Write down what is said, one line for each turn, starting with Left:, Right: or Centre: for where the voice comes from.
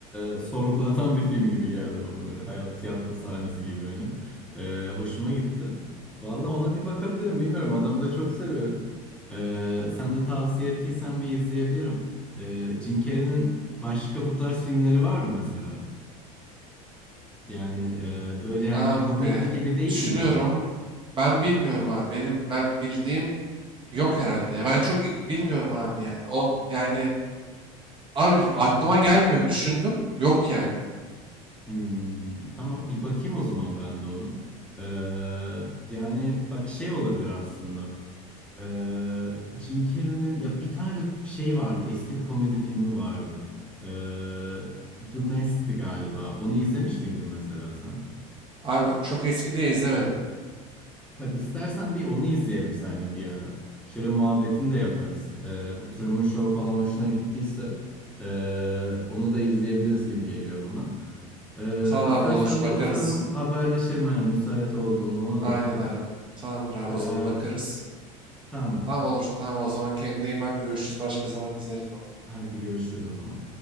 Centre: e, sorgulatan bir film gibi geldi bana böyle hayat tiyatro sahnesi gibi hani. E, hoşuma gitti. Valla ona bir bakabilirim bilmiyorum adamı da çok seviyorum. Ee, sen de tavsiye ettiysen bir izleyebilirim. Ee, Jim Carrey'nin başka bu tarz filmleri var mı mesela? Yani e, böyle hani
Right: Abi
Centre: komedi gibi değil
Right: düşünüyorum.
Centre: de.
Right: Ben bilmiyorum abi. Benim ben bildiğim yok herhalde. Ya Ben çok i- bilmiyorum abi yani. Ol yani abi aklıma gelmiyor. Düşündüm. Yok yani.
Centre: Hmm, tamam bir bakayım o zaman ben de onu. Ee, yani bak şey olabilir aslında. Ee, Jim Carrey'nin ya bir tane de şey vardı. Eski bir komedi filmi vardı. Ee, The Mist'ti galiba. Onu izlemiş miydin mesela sen?
Right: Abi çok eski de izlemedim.
Centre: Bak istersen bir onu izleyelim seninle bir ara. Şöyle muhabbetini de yaparız. Ee, bu Truman Show falan hoşuna gittiyse ee, onu da izleyebiliriz gibi geliyor bana. Ee,
Right: Tamam
Centre: istersen
Right: abi olur bakarız.
Centre: bir oturalım haberleşelim eğer müsait olduğunda ona
Right: Aynen
Centre: da bakalım.
Right: abi. Tamamdır abi
Centre: Ee,
Right: o zaman bakarız.
Centre: tamam.
Right: Tamam olur tamam o zaman kendine iyi bak görüşürüz başka zaman izleriz onu.
Centre: Hadi görüşürüz o zaman.